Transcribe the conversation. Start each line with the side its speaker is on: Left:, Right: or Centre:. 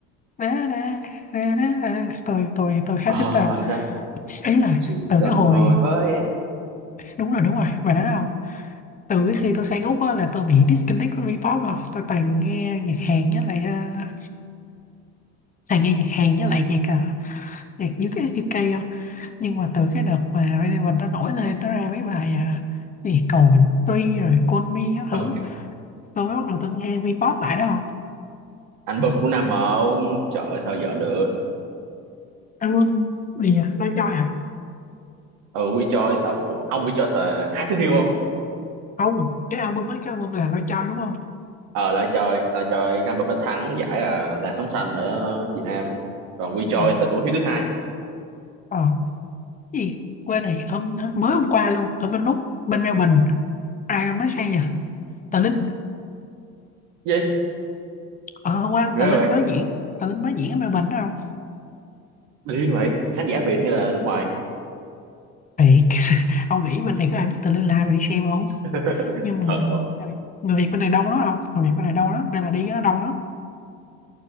Left: đa, đa, đa, đa. tôi tôi tôi khá
Right: ờ
Left: thích đâu
Right: à, bài ta
Left: ấy là
Right: chỉ
Left: từ
Right: cần
Left: cái hồi
Right: ngồi với em
Left: đúng rồi đúng rồi bài đó đâu từ
Right: ừ.
Left: cái khi tôi sang Úc á, là tôi bị disconnect với Vpop rồi tôi toàn nghe nhạc Hàn với lại uh, toàn nghe nhạc Hàn với lại nhạc uh, nhạc US UK không nhưng mà từ cái đợt mà Red Evan nó nổi lên nó ra mấy bài uh, gì cầu Bình Tuy rồi Call Me các
Right: ừ.
Left: thứ tôi mới bắt đầu tôi nghe Vpop lại đó
Right: album của năm mà ông trời ơi, sao giỡn được
Left: album gì nhỉ Lo Choi à
Right: ừ We Joy sợ Ủa, ông We Joy sợ hái thứ hiêu không
Left: không cái album mấy cái album là Lo Choi đúng không
Right: ờ là trời là trời cái album nó thắng giải là là sống xanh ở Việt Nam còn We Joy
Left: ừ.
Right: là tuổi hiêu thứ hai
Left: ờ cái gì quên này hôm mới hôm qua luôn ở bên Úc bên Melbourne ai mới sang nhỉ Tà Linh
Right: gì
Left: ờ hôm qua
Right: ghê
Left: Tà Linh
Right: vậy
Left: mới diễn Tà Linh mới diễn ở Melbourne đó không
Right: điên vậy khán giả Việt hay là nước ngoài
Left: thiệt <laughs> ông nghĩ bên này có ai biết Tà Linh là ai mà đi xem không
Right: <laughs>
Left: nhưng mà
Right: thật không
Left: người người Việt bên này đông lắm không người Việt bên này đông lắm nên là đi cái nó đông lắm